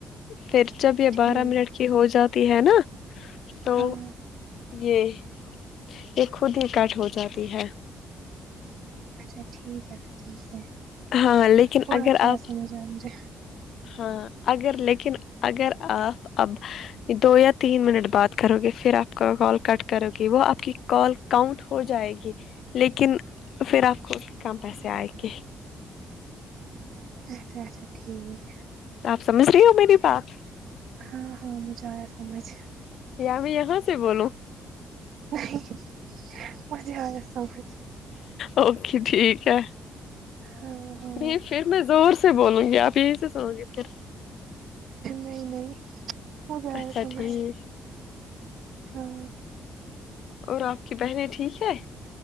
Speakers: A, on the left; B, on the right.
A: پھر جب یہ
B: ٹھیک
A: بارہ منٹ کی ہو جاتی ہے نا تو
B: ہاں
A: یہ یہ خود ہی کٹ ہو جاتی ہے
B: اچھا ٹھیک ہے پھر ٹھیک ہے
A: ہاں لیکن
B: تھوڑا
A: اگر
B: تھوڑا
A: آپ
B: سمجھ آیا مجھے
A: ہاں اگر لیکن اگر آپ اب دو یا تین منٹ بات کرو گے پھر آپ کا کال کٹ کرو گی وہ آپ کی کال کاؤنٹ ہو جائے گی لیکن پھر آپ کو کم پیسے آئیں گے
B: اچھا اچھا ٹھیک
A: آپ سمجھ رہی ہو میری بات
B: ہاں ہاں مجھے آیا سمجھ
A: یا میں یہاں سے بولوں
B: نہیں مجھے آیا سمجھ
A: اوکے ٹھیک ہے
B: ہاں ہاں
A: نہیں پھر میں زور سے بولوں گی آپ یہیں سے سنو گے پھر
B: نہیں نہیں مجھے آیا
A: اچھا
B: سمجھ
A: ٹھیک
B: ہاں
A: اور آپ کی بہنیں ٹھیک ہیں